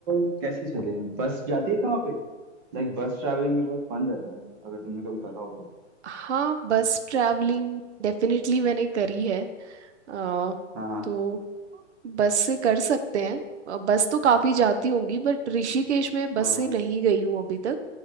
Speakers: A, on the right; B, on the right.
A: so, कैसे चले बस जाती है कहाँ पे लाइक बस ट्रैवलिंग भी बहुत फन रहता है अगर तुमने कभी करा हो तो
B: हाँ बस ट्रैवलिंग डेफिनेटली मैंने करी है अ,
A: हाँ हाँ
B: तो बस से कर सकते हैं अ, बस तो काफ़ी जाती होंगी बट ऋषिकेश में बस
A: हाँ
B: से
A: हाँ
B: नहीं गई हूँ अभी तक